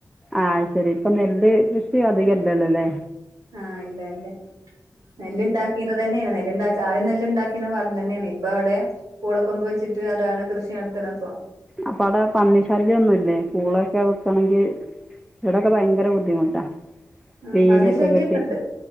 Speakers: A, in the centre; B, on the right.
A: ആഹ് ശെരി ഇപ്പൊ നെല്ല് കൃഷി അധികല്ലല്ലോ ല്ലേ
B: ആഹ് ഇല്ല ല്ല നെല്ല് ണ്ടാ ചെയ്യ്ന്നതെന്നെയാണ് നെല്ല് ണ്ടാക്ക ആദ്യം നെല്ല് ണ്ടാക്കിന്ന പാടം തന്നെണ് ഇപ്പൊ അവിടെ പൂളക്കൊമ്പ് വെച്ചിട്ട് അതാണ് കൃഷി നടത്ത്ണ് പ്പൊ
A: അപ്പൊ അവിടെ പന്നി ശല്യൊന്നും ഇല്ലേ പൂളൊക്കെ വെക്കണെങ്കി ഇവിടൊക്കെ ഭയങ്കര ബുദ്ധിമുട്ടാ
B: ആഹ്
A: വേലിയൊക്കെ
B: പന്നി ശല്യൊക്കെണ്ട്
A: കെട്ടി